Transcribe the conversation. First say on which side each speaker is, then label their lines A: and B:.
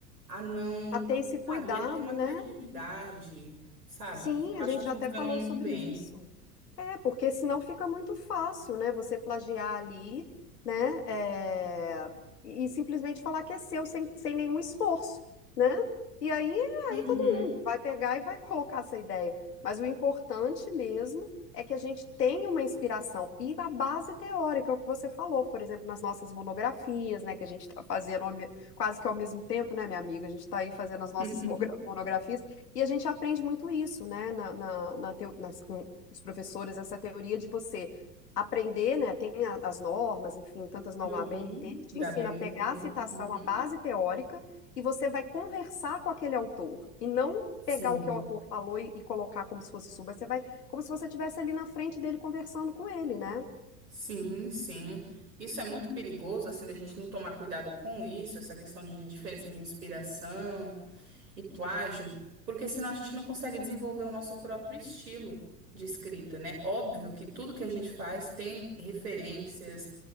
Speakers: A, on the right; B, on the left.
A: a não,
B: a ter esse cuidado,
A: sabe, a ter uma
B: né?
A: criatividade, sabe?
B: Sim,
A: Eu
B: a
A: acho
B: gente
A: que
B: já
A: funciona
B: até falou
A: muito
B: sobre
A: bem.
B: isso. É, porque senão fica muito fácil, né? Você plagiar ali, né? é, e simplesmente falar que é seu sem, sem nenhum esforço, né? E aí,
A: Uhum,
B: aí todo mundo vai pegar e vai colocar essa ideia. Mas o importante mesmo é que a gente tenha uma inspiração e a base teórica, é o que você falou, por exemplo, nas nossas monografias, né? Que a gente está fazendo ao me- quase que ao mesmo tempo, né, minha amiga? A gente está aí fazendo as nossas
A: <laughs>
B: <laughs> mogra- monografias. E a gente aprende muito isso, né, na, na, na teo- nas- com os professores, essa teoria de você aprender, né, tem a- as normas, enfim, tantas normas,
A: uhum,
B: a ABNT, que te
A: da
B: ensina
A: BNT.
B: a pegar a citação,
A: Uhum.
B: a base teórica, e você vai conversar com aquele autor, e não
A: Sim,
B: pegar o que o autor falou e, e colocar como se fosse sua, mas você vai, como se você estivesse ali na frente dele conversando com ele, né?
A: sim, sim. Isso é muito perigoso, assim, da gente não tomar cuidado com isso, essa questão de diferença de inspiração. e plágio, porque senão a gente não consegue desenvolver o nosso próprio estilo de escrita, né? Óbvio que tudo que a gente faz tem referências,